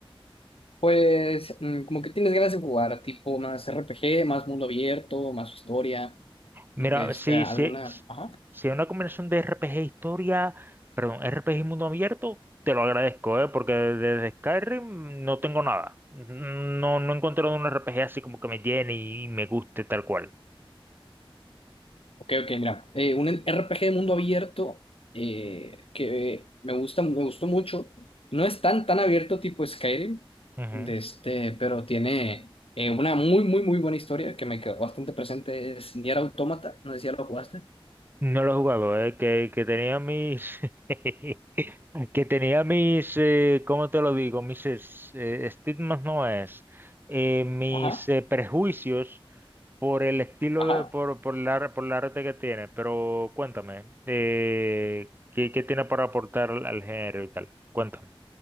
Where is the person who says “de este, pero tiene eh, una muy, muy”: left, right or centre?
Left